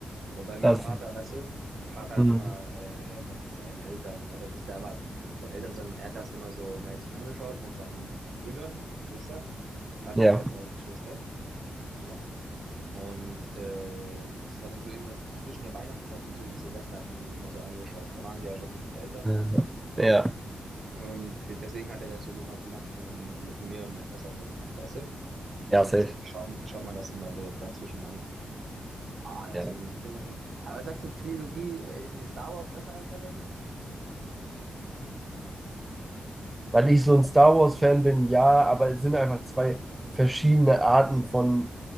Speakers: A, on the right (about 65°); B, on the right (about 15°).
A: So, Weil mein
B: Das,
A: Vater, weißt du, mein Vater hat
B: mhm.
A: immer äh, mit seinen Eltern, was heißt nicht damals, seinen Eltern, sondern er hat das immer so mäßig angeschaut mit seinen Brüdern und Geschwistern. Mein Vater
B: ja.
A: hat ja drei Geschwister. ne? Und äh, das war dann so immer zwischen der Weihnachtszeit und zwischen Silvester haben die sich immer so angeschaut. Da waren sie ja schon ein bisschen älter,
B: Äh,
A: so.
B: Ja.
A: Und deswegen hat er das so immer gemacht, immer mit mir und meiner Schwester so gemacht, weißt du?
B: Ja,
A: Und
B: safe.
A: deswegen schaut, schaut man das immer so dazwischen an. Ah, deswegen,
B: Ja.
A: ich bin da schon. Aber sagst du, Trilogie, äh, ist, ist Star Wars besser als Herr der Ringe?
B: Weil ich so ein Star Wars-Fan bin, ja, aber es sind einfach zwei verschiedene Arten von,